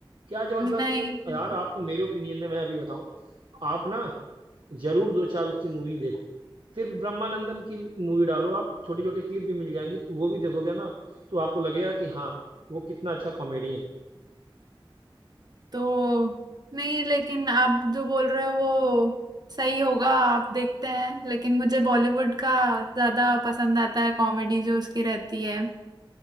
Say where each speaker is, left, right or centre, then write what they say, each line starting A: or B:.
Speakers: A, on the right; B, on the right.
A: क्या जबरदस्त
B: नहीं
A: यार आपको मेरे ओपिनियन में मैं अभी बताऊं आप ना जरूर दो चार उसकी मूवी देखो सिर्फ ब्रह्मानंदन की मूवी डालो आप छोटी छोटी क्लिप भी मिल जाएंगी तो वो भी देखोगे ना तो आपको लगेगा कि हाँ वो कितना अच्छा कॉमेडियन
B: तो नहीं लेकिन आप जो बोल रहे हो वो सही होगा आप देखते हैं लेकिन मुझे बॉलीवुड का ज्यादा पसंद आता है कॉमेडी जो उसकी रहती है